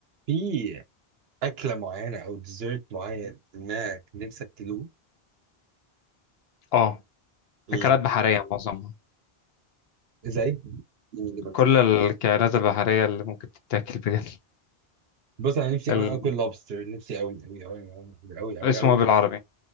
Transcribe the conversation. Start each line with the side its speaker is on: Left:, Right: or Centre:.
Right: في أكلة معينة أو ديزرت معين إنك نفسك تدوق
Left: اه
Right: إيه
Left: اكلات بحريه معظمها
Right: زي إيه اللي بمسك
Left: كل الكائنات البحريه اللي ممكن تتاكل بجد
Right: بص أنا نفسي
Left: ال...
Right: أوي آكل لوبستر نفسي أوي أوي أوي أوي أوي أوي
Left: اسمه
Right: أوي
Left: إيه
Right: ناكل
Left: بالعربي